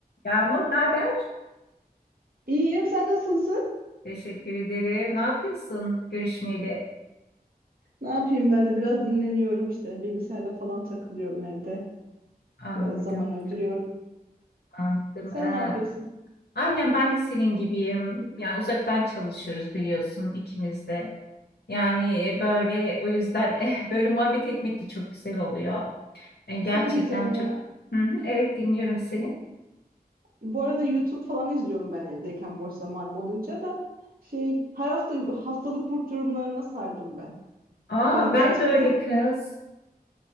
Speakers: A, on the left; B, on the right.
A: Yağmur, ne haber?
B: İyiyim, sen nasılsın?
A: Teşekkür ederim. Ne yapıyorsun? Görüşmeyeli.
B: Ne yapayım ben de biraz dinleniyorum işte bilgisayarla falan takılıyorum evde.
A: Anladım,
B: Biraz zaman öldürüyorum.
A: anladım.
B: Sen
A: Ee,
B: ne yapıyorsun?
A: aynen ben de senin gibiyim. Yani uzaktan çalışıyoruz biliyorsun ikimiz de. Yani e, böyle o yüzden <laughs> eh, böyle muhabbet etmek de çok güzel oluyor. E, gerçekten
B: Şey diyeceğim ya.
A: çok. Hı hı, evet dinliyorum seni.
B: Bu arada YouTube falan izliyorum ben evdeyken boş zamanım olunca da şey her hafta haftalık burç yorumlarına sardım ben.
A: Aa
B: Yani gerçekten
A: ben de öyle kız.